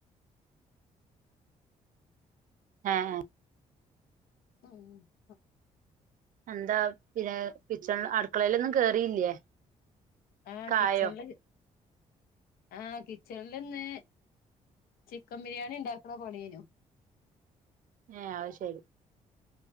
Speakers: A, on the right; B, on the left.
A: ആഹ ആ
B: ഉം
A: എന്താ പിന്നെ കിച്ചെണ് അടുക്കളയിലൊന്നും കേറിയില്ലേ
B: ആഹ്
A: ഒക്കെ
B: കിച്ചനില്
A: ആയോ
B: ആ് കിച്ചണിലന്ന് ചിക്കൻ ബിരിയാണി ഉണ്ടാക്കണ പണിയനു
A: ആ അത് ശരി